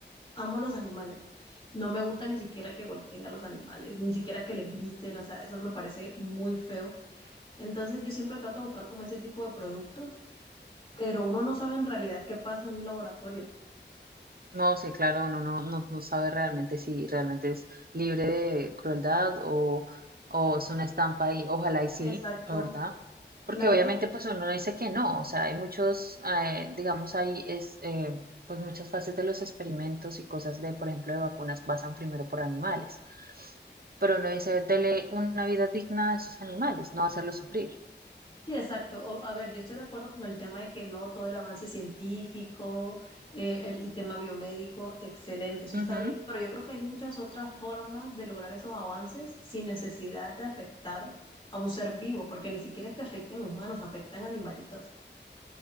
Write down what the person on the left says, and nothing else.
Amo los animales. No me gusta ni siquiera que golpeen a los animales, ni siquiera que les griten, o sea, eso me parece muy feo. Entonces yo siempre trato de buscar como ese tipo de productos, pero uno no sabe en realidad qué pasa en un laboratorio.
Exacto.
La
verdad
Sí, exacto. O- a ver, yo estoy de acuerdo con el tema de que no todo el avance científico, eh, el tema biomédico, excelente, eso
está bien, pero yo creo que hay muchas otras formas de lograr esos avances sin necesidad de afectar a un ser vivo, porque ni siquiera es que afecten humanos, afectan animalitos.